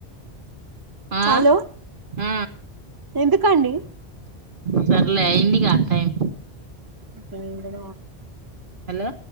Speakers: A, on the right; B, on the right.
A: ఆ
B: హలో
A: అ అ
B: ఎందుకండి
A: సర్లే అయిందిగా టైమ్
B: <inaudible>
A: హలో